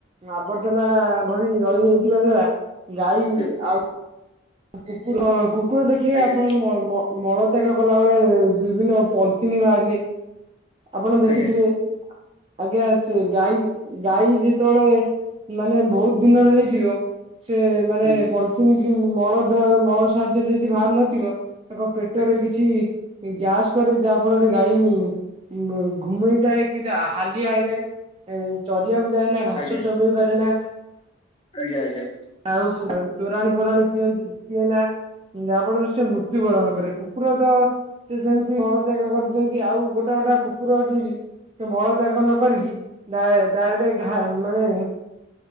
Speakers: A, on the right; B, on the left.
A: ଆବର୍ଜନା ଭଳି ରହିଯାଇଥିବା ଦ୍ଵାରା ଗାଈ
B: ହୁଁ
A: ଆଉ କୁକୁର କୁକୁର ଦେଖିବେ
B: ଆଜ୍ଞା
A: ଆପଣ ମ-ମ-ମଳତ୍ୟାଗ କଲାବେଳେ ବିଭିନ୍ନ ପଲ୍ ଥିନି ବାହାରିବେ ଆପଣ ଦେଖିଥିବେ
B: ଆଜ୍ଞା ଆଜ୍ଞା
A: ଆଜ୍ଞା ସେ ଗାଈ ଗାଈ ଯେତେବେଳେ ମାନେ ବୋହୁତ ଦିନର ହେଇଯିବ ସେ ମାନେ
B: ହୁଁ
A: ପଲିଥିନ୍ କିମ୍ ମଳଦ୍ଵା ମଳ ସାହାଯ୍ୟରେ ଯଦି ବାହାର ନଥିବ ତାଙ୍କ ପେଟରେ
B: ଆଜ୍ଞା
A: କିଛି ଗ୍ୟାସ୍ କରେ ଯାହା ଫଳରେ ଗାଈ ଉଁ ଘୁମେଇଥାଏ କିନ୍ତୁ ହାଲିଆ ହେଇଥାଏ ଏଇ ଚରିବାକୁ ଯାଏନା ଘାସ
B: ଆଜ୍ଞା
A: ଚୋବେଇ ପାରେନା।
B: ଆଜ୍ଞା ଆଜ୍ଞା।
A: ଆଉ ତୋରାଣୀ ଫୋରାଣୀ ପିଅନ୍ତି ପିଏନା ଉଁ ଯାହା ଫଳରେ ସିଏ ମୃତ୍ୟୁ ବରଣ କରେ କୁ କୁକୁର ତ ସିଏ ସେମତି ମଳତ୍ୟାଗ କରିଦିଅନ୍ତି ଆଉ ଗୋଟା ଗୋଟା କୁକୁର ଅଛନ୍ତି ସିଏ ମଳ ତ୍ୟାଗ ନ କରିକି ଡାଇ ଡାଇରେକ୍ଟ ଘା ମାନେ